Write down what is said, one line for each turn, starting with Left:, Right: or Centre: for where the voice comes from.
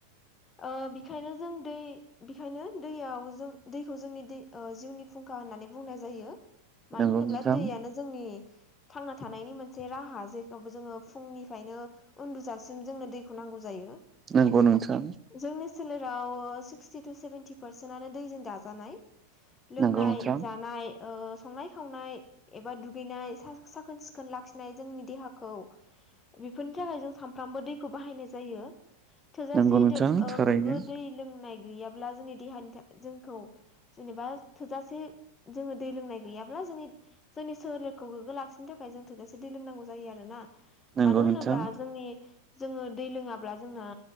Left: ओ बेखायनो जों दै बेखायनो दैयाव जों दैखौ जोंनि दै ओ जिउनि फुंखा होननानै बुंनाय जायो। मानो
Right: नंगौ
Left: होनोब्ला
Right: नोंथां
Left: दैयानो जोंनि थांना थानायनि मोनसे राहा जेखौ जोङो फुंनिफ्रायनो उन्दुजासिम जोंङो दैखौ <unintelligible> नांगौ जायो।
Right: नंगौ नोंथां।
Left: जोंनि सोलेराव सिक्सटि टु सेभेन्टि पारसेन्टनो दैजों दाजानाय। लोंनाय-
Right: नंगौ नोंथां
Left: जानाय ओ संनाय -खावनाय एबा दुगैनाय सा- साखोन - सिखोन लाखिनाय जोंनि देहाखौ बेफोरनि थाखाय जों सानफ्रोमबो दैखौ बाहायनाय जायो। जायो थोजासे
Right: नंगौ नोंथां
Left: दो- ओ
Right: थारैनो
Left: गोग्गो दै लोंनाय गैयाब्ला जोंनि देहानि था- जोंखौ जेनेबा थोजासे जोङो दै लोंनाय गैयाब्ला जोंनि जोंनि सोलेरखौ गोग्गो लाखिनो थाखाय जों थोजासे दै लोंनांगौ जायो आरो ना।
Right: नंगौ
Left: मानो होनोबा
Right: नोंथां
Left: जोंनि जोङो दै लोङाब्ला जोंना